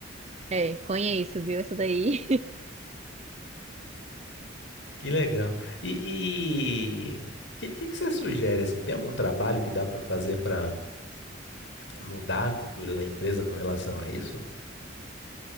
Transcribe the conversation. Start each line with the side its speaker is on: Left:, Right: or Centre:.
Right: É, conheço, viu? Essa daí.
Left: Que legal. E o que, que, que você sugere assim? Tem algum trabalho que dá para fazer para mudar a cultura da empresa com relação a isso?